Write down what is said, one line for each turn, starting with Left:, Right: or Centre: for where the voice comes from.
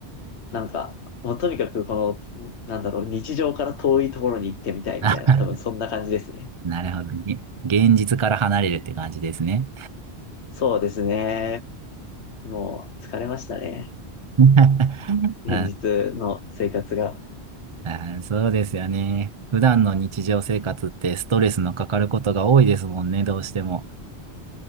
Left: なんか、もうとにかくこの、なんだろう、日常から遠いところに行ってみたいみたいな、
Right: あ、
Left: 多分そんな感じですね。
Right: なるほどね。現実から離れるって感じですね。
Left: そうですね。もう疲れましたね。
Right: <laughs>
Left: 現実の生活が。
Right: あ、あ、そうですよね。普段の日常生活ってストレスのかかることが多いですもんね、どうしても。